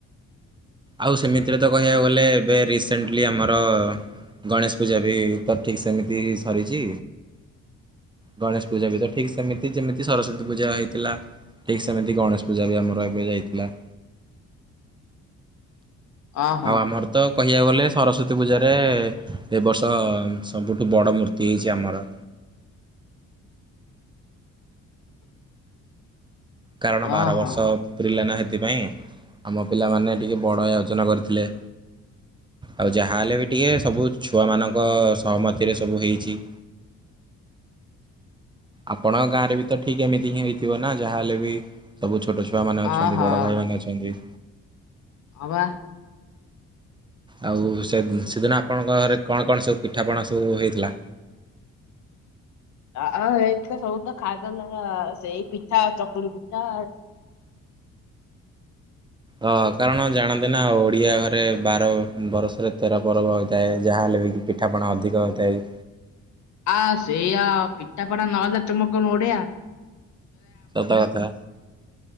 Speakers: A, on the right (about 15°); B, on the left (about 70°).
A: ଆଉ ସେମିତିରେ ତ କହିବାକୁ ଗଲେ ଏବେ ରିସେଣ୍ଟଲି ଆମର ଗଣେଶ ପୂଜା ବି ତ ଠିକ୍ ସେମିତି ସରିଛି। ଗଣେଶ ପୂଜା ବି ତ ଠିକ୍ ସେମିତି ଯେମିତି ସରସ୍ଵତୀ ପୂଜା ହେଇଥିଲା ଠିକ୍ ସେମିତି ଗଣେଶ ପୂଜା ବି ଆମର ଏବେ ଯାଇଥିଲା।
B: ଓହୋ
A: ଆଉ ଆମର ତ କହିବାକୁ ଗଲେ ସରସ୍ଵତୀ ପୂଜାରେ ଏବ ବର୍ଷ ସବୁଠୁ ବଡ଼ ମୂର୍ତ୍ତି ହେଇଛି ଆମର। କାରଣ ବାର
B: ଓହୋ
A: ବର୍ଷ ପୁରିଲା ନା ସେଥିପାଇଁ ଆମ ପିଲାମାନେ ଟିକିଏ ବଡ଼ ଆୟୋଜନ କରିଥିଲେ। ଆଉ ଯାହାହେଲେ ବି ଟିକେ ସବୁ ଛୁଆମାନଙ୍କ ସହମତିରେ ସବୁ ହେଇଛି। ଆପଣଙ୍କ ଗାଁ ରେ ବି ତ ଠିକ ଏମିତି ହିଁ ହେଇଥିବ ନା ଯାହାହେଲେ ବି ସବୁ ଛୋଟ ଛୁଆମାନେ ଅଛନ୍ତି
B: ଓହୋ
A: ବଡ଼ ଭାଇମାନେ ଅଛନ୍ତି।
B: ହଁ ବା।
A: ଆଉ ସେ ସେଦିନ ଆପଣଙ୍କ ଘରେ କଣ କଣ ସବୁ ପିଠାପଣା ସବୁ ହେଇଥିଲା?
B: ଆ ଏଇଥିଲା ସବୁ ତ ଖାଇଦେଲା ସେଇ ପିଠା ଚକୁଳି ପିଠା
A: ଅ କାରଣ ଜାଣନ୍ତି ନା ଓଡିଆଘରେ ରେ ବାର ବରସ ରେ ତେର ପର୍ବ ହୋଇଥାଏ ଯାହାହେଲେ ବି କି ପିଠାପଣା ଅଧିକ ହୋଇଥାଏ।
B: ଆ ସେଇଆ ପିଠାପଣା ନହେଲେ ତୁମେ କଣ ଓଡ଼ିଆ।
A: ସତ କଥା।